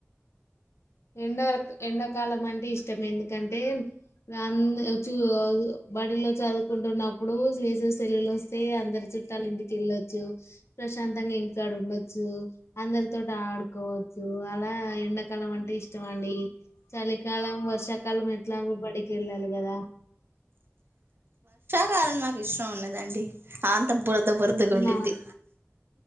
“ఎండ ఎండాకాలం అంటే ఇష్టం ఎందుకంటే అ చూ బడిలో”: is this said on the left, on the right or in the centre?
Left